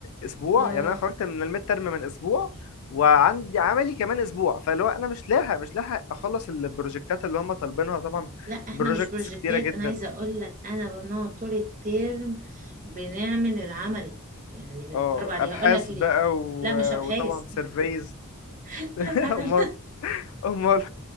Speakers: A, on the left (about 70°); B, on the right (about 35°).
A: اسبوع
B: اه
A: يعني انا خرجت من الميد ترم من اسبوع وعندي عملي كمان اسبوع فاللي هو انا مش لاحق مش لاحق اخلص البروجكتات اللي هم طالبينها طبعا
B: لا احنا
A: بروجكتس
B: مش بروجكتات
A: كتيره جدا
B: انا عايزه اقول لك انا بنقعد طول الترم بنعمل العملي يعني بنتدرب
A: اه
B: عليه
A: ابحاث
B: هقول لك ليه
A: بقى و...
B: لا مش ابحاث
A: وطبعا سيرفيز
B: <laughs>
A: <laughs>
B: لا لا
A: امال
B: <laughs>
A: امال